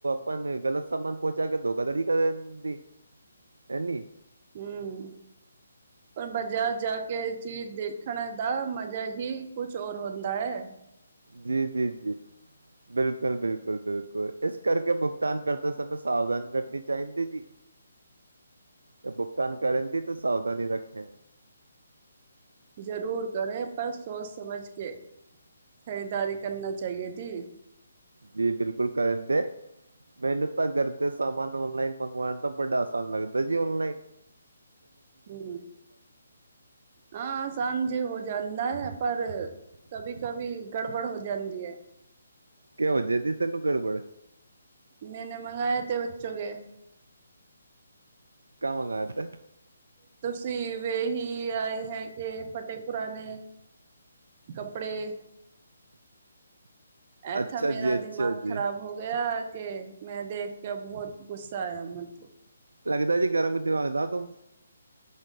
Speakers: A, on the right; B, on the right.
A: ਆਪਾਂ ਨੇ ਗ਼ਲਤ ਸਮਾਨ ਪਹੁੰਚਾ ਕੇ ਧੋਖਾਧੜੀ ਕਰ ਦਿੰਦੀ ਹੈਨੀ
B: ਹਮ ਹ ਬਾਜ਼ਾਰ ਜਾ ਕੇ ਇਹ ਚੀਜ਼ ਦੇਖਣ ਦਾ ਮਜ਼ਾ ਹੀ ਕੁਛ ਹੋਰ ਹੁੰਦਾ ਹੈ
A: ਜੀ ਜੀ ਜੀ ਬਿਲਕੁਲ ਬਿਲਕੁਲ ਬਿਲਕੁਲ ਇਸ ਕਰਕੇ ਭੁਗਤਾਨ ਕਰਦੇ ਸਮੇਂ ਸਾਵਧਾਨੀ ਰੱਖਣੀ ਚਾਹੀਦੀ ਜੀ ਤੇ ਭੁਗਤਾਨ ਕਰਨ ਦੀ ਤਾਂ ਸਾਵਧਾਨੀ ਰੱਖੇ
B: ਜ਼ਰੂਰ ਕਰੇ ਪਰ ਸੋਚ ਸਮਝ ਕੇ ਖ਼ਰੀਦਾਰੀ ਕਰਨਾ ਚਾਹੀਏ ਥੀ
A: ਜੀ। ਬਿਲਕੁਲ ਕਰਨ ਦੇ ਮੈਨੂੰ ਤਾਂ ਗਰ ਦੇ ਸਾਨ ਓਨਲਾਈਨ ਮੰਗਵਾਉਣ ਦਾ ਬੜਾ ਆਸਾਨ ਲੱਗਦਾ ਜੀ ਓਨਲਾਈਨ
B: ਹੂ ਹਾਂ ਅਸਾਨ ਹੋ ਜਾਂਦਾ ਹੈ ਪਰ ਕਭੀ ਕਭੀ ਗੜਬੜ ਹੋ ਜਾਂਦੀ ਐ।
A: ਕਿਹਉਂ ਜੇਦੀ ਤਨ ਨੂੰ ਗੜਬੜ
B: ਮੈਂਨੇ ਮੰਗਏ ਤੇੇ ਬੱਚੋ ਕੇ
A: ਕ ਮੰਗਾਏ ਥੇ
B: <unintelligible> ਕੀ ਆਏ ਹੈ। ਕਿ ਫਟੇ ਪੁਰਾਣੇ ਕੱਪੜੇ ਐਥਾ
A: ਅੱਛਾ
B: ਮੇਰਾ
A: ਜੀ
B: ਦਿਮਾਗ
A: ਅੱਛਾ
B: ਖ਼ਰਾਬ
A: ਜੀ
B: ਹੋ ਗਿਆ। ਕਿ ਮੈਂ ਦੇਖ ਕੇ ਬਹੁਤ ਗੁੱਸਾ ਆਇਆ ਮੈਂਥੋਂ।
A: ਲੱਗਦਾ ਜੀ ਗਰਮ ਦਿਮਾਗ ਦਾ ਤੂੰ